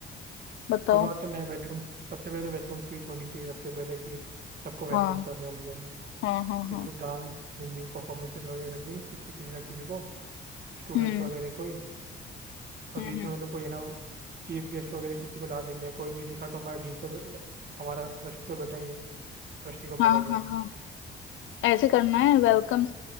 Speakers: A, on the left; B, on the right.
A: बताओ
B: शुरुआत तो मैं वेलकम सबसे पहले तो वेलकम स्पीच होनी चाहिए सबसे पहले कि सबको वेलकम
A: हाँ
B: कर रहे हैं हम लोग
A: हाँ हाँ
B: फिर
A: हाँ
B: कुछ डांस सिंगिंग परफॉर्मेंसेस वगैरह रख देंगे कुछ तो किसी ना किसी को स्टूडेंट्स
A: हम्म
B: वगैरह कोई और
A: हम्म
B: बीच
A: हम्म,
B: में मतलब कोई है ना चीफ गेस्ट वगैरह किसी को ला देंगे कोई नहीं दिखा तो हमारा डीन तो बे- हमारा ट्रस्टी तो बैठा ही है ट्रस्टी को
A: हाँ
B: पकड़ लेंगे
A: हाँ हाँ ऐसे करना है वेलकम